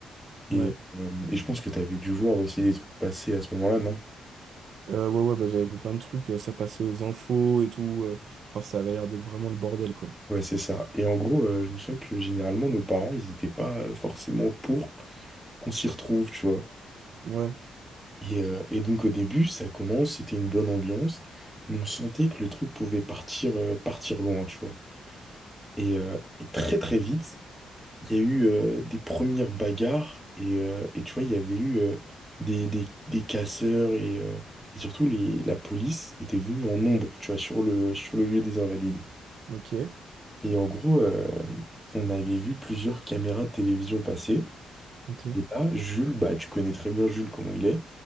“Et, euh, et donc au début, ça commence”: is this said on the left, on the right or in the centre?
Centre